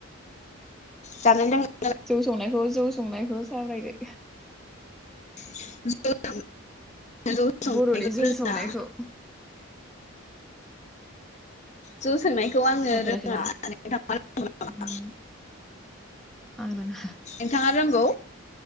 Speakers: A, on the left (about 35°); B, in the centre.
A: जानाय-लोंनाय
B: जौ संनायखौ जौ संनायखौ सावरायदो।
A: <unintelligible> जौ संनायखौ
B: बर'नि जौ
A: रोङा
B: संनायखौ
A: जौ संनायखौ आङो
B: सावफेराखैना
A: रोङा नोंथाङा रोंगौ नामा?
B: उम आं रोङा
A: नोंथाङा रोंगौ?